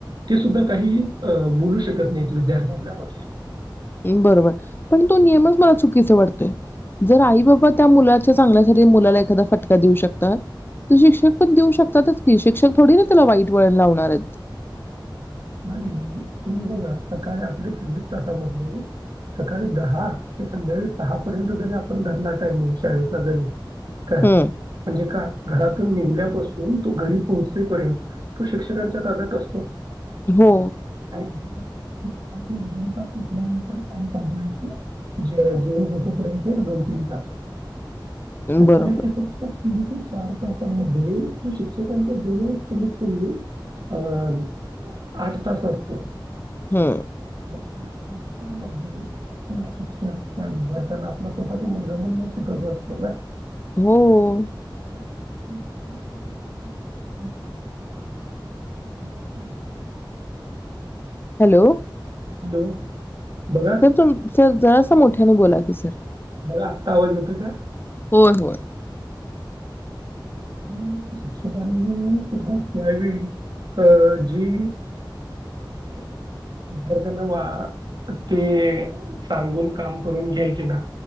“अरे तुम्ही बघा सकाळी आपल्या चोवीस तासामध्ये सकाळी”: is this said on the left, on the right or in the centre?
Right